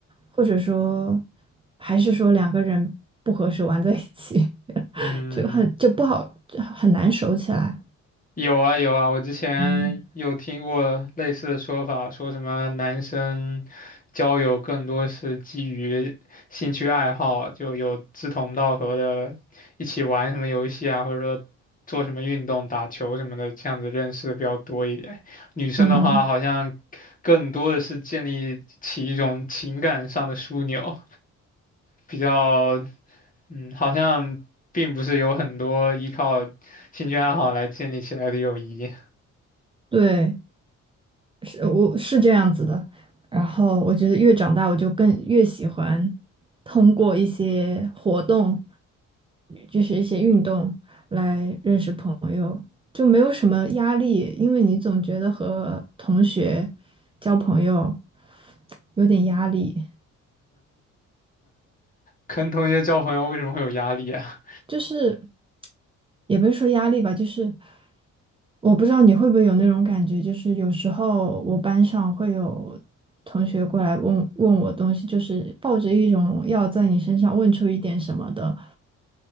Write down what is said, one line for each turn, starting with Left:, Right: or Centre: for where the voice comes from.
Right: 或者说，还是说两个人不合适玩在一起，<laughs>
Left: 嗯，
Right: 就很就不好，很难熟起来。
Left: 有啊有啊，我之前有听过类似的说法，
Right: 嗯，
Left: 说什么男生交友更多是基于兴趣爱好，就有志同道合的，一起玩什么游戏啊，或者说做什么运动、打球什么的，这样子认识的比较多一点。女生的话，
Right: 嗯，
Left: 好像更多的是建立起一种情感上的枢纽，比较嗯，好像并不是有很多依靠兴趣爱好来建立起来的友谊。
Right: 对，是我是这样子的。然后我觉得越长大，我就更越喜欢通过一些活动，就是一些运动来认识朋友，就没有什么压力，因为你总觉得和同学交朋友有点压力。
Left: 跟同学交朋友为什么会有压力啊？
Right: 就是也不是说压力吧，就是我不知道你会不会有那种感觉，就是有时候我班上会有同学过来问问我东西，就是抱着一种要在你身上问出一点什么的